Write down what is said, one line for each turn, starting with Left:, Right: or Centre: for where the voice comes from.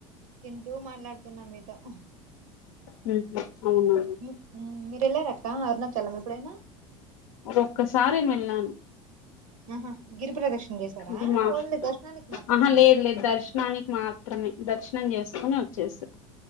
Right: డు మాట్లాడుతున్నా మీతో ఉ
Left: మ్మ్ అవునా
Right: ఉ మీరు ఏలేరక్క అరుణా చలం ఎప్పుడైనా
Left: ఒక్కసారి మేళ్ళను
Right: <unintelligible> ఆహా గిరిపరదక్షిణ చేశారా
Left: ఇది మా
Right: ఓన్లీ దర్శనానికి మాత్రమేనా
Left: ఆహా లేదు లేదు దర్శనానికి మాత్రమే దర్శనం చేసుకుని వచ్చేసా